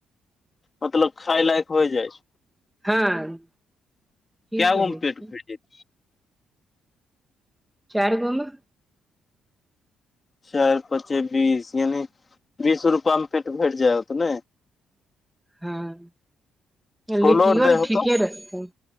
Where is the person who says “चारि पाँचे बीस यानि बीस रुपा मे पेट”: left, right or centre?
Left